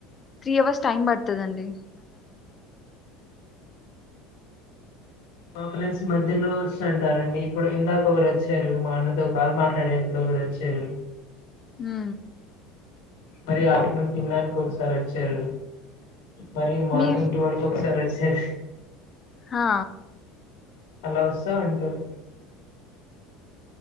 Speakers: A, on the left (about 30°); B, on the left (about 75°).
A: త్రీ అవర్స్ టైం పడతదండి
B: మాప్రైస్ మధ్యలో సం చెస్తారండి ఇప్పుడు ఇందాక ఒకరు వచ్చారు మా అన్నతో కాలు మాట్లాడే ఎప్పుడు ఒకరు వచ్చారు
A: హ్
B: మరి ఆఫ్టర్నూన్ తిన్నానికి ఒకసారి వచ్చారు మరి మార్నింగ్
A: మీ
B: ట్వల్ఒకసారి వొచ్చ సిర్ఫ
A: హా
B: అలా వస్తా ఉంటారు